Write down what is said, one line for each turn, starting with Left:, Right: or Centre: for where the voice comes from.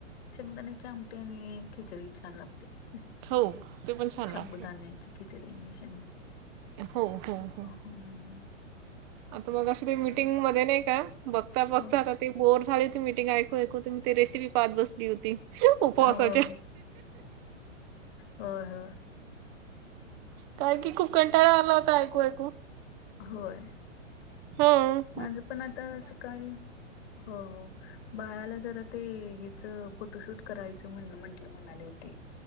Left: शेंगदाण्याची आमटी आणि खिचडी छान लागते
Right: हो ते पण छान
Left: शाबुदाण्याची
Right: लागत
Left: खिचडी आणि शें
Right: हो हो हो
Left: हम्म
Right: आता बघा श्री मीटिंगमध्ये
Left: हो
Right: नाही का बघता बघता
Left: हो
Right: आता ते बोर झाली होती मीटिंग ऐकू ऐकू, त मी ते रेसिपी पाहत बसली होती. उपवासाच्या
Left: हो हो होय होय
Right: काय की खूप कंटाळा आला होता ऐकू ऐकू.
Left: होय
Right: हम्म
Left: माझं पण आता सकाळी, हो हो बाळाला जरा ते हेच फोटोशूट करायच म्हण म्हंटल म्हणाले होती.